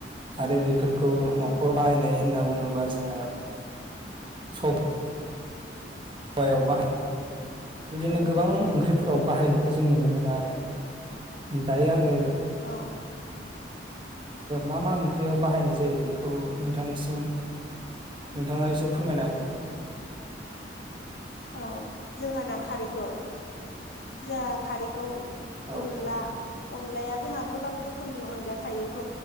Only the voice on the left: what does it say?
औ
औ
औ ।
औ जोंहा ना खारैखौ जाहा खारैखौ
अनला अन अनलाया जोंहा गोबां रोखोमनि अनला थायोथ